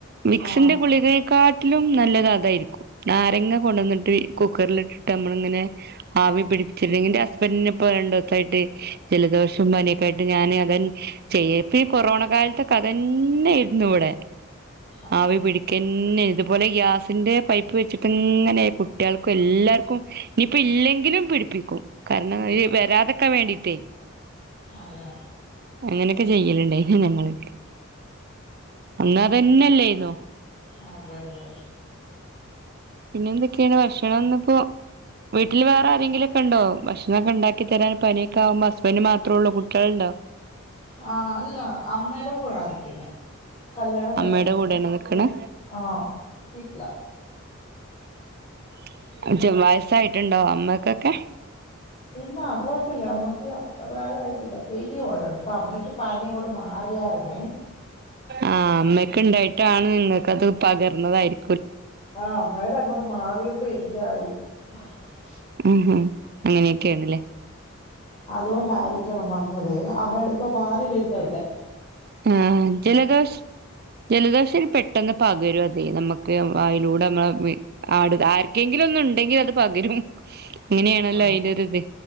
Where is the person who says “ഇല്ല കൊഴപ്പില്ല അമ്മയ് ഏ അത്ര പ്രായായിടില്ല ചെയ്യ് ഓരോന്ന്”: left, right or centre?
Left